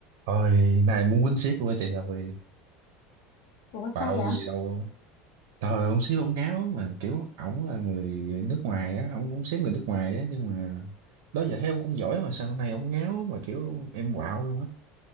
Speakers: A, on the right; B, on the left.
A: Thôi, này muốn quýnh ship luôn á chị rồi.
B: Ủa sao
A: bạo
B: vậy?
A: gì đâu luôn á. Trời, ông ship ông ngáo mà kiểu ổng là người nước ngoài á, ổng cũng ship người nước ngoài á nhưng mà đó giờ thấy ông cũng giỏi mà sao này ông ngáo mà kiểu em quạo luôn á,